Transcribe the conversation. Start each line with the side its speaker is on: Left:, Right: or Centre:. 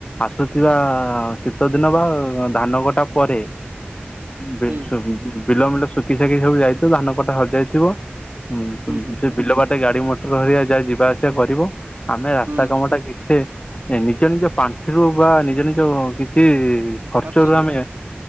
Left: ଆସୁଥିବା ଶୀତ ଦିନ ବା ଧାନ କଟା ପରେ ବି
Right: ହୁଁ
Left: ସୁ ବିଲମିଲ ଶୁକି ସାକି ସବୁ ଯାଇଥିବ ଧାନ କଟା ସରିଯାଇଥିବ ହୁ
Right: ହୁଁ ହୁଁ
Left: ସେ ବିଲ ବାଟେ ଗାଡି ମଟର ହେଇକା ଯା ଯିବା ଆସିବା କରିବ। ଆମେ ରାସ୍ତା
Right: ହୁଁ
Left: କାମଟା କିଛି ନିଜ ନିଜ ପାଣ୍ଠିରୁ ବା ନିଜ ନିଜ କିଛି ଖର୍ଚ୍ଚରୁ
Right: ହାତରୁ
Left: ଆମେ